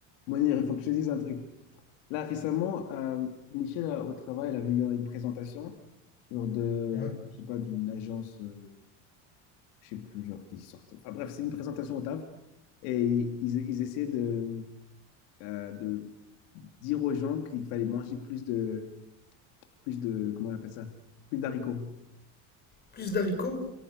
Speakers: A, on the left; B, on the left.
A: Mounir, il faut que je te dise un truc. Là, récemment, euh, Michel, euh, au travail, elle avait eu une présentation, genre de,
B: Ouais.
A: je sais pas, d'une agence, euh, je sais plus, genre qui sortait. Enfin bref, c'est une présentation au taf. Et ils, ils essayaient de, euh, de dire aux gens qu'il fallait manger plus de, plus de, comment on appelle ça? Plus d'haricots.
B: Plus d'haricots,